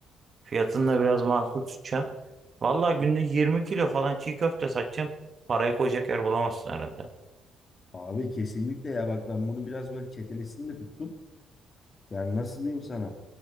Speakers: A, on the right; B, on the left.
A: Fiyatını da biraz makul tutacağım. Vallahi günde 20 kilo falan çiğ köfte satacağım. Parayı koyacak yer bulamazsın herhalde.
B: abi kesinlikle ya bak ben bunu biraz böyle çetelesini de tuttum. Yani nasıl diyeyim sana?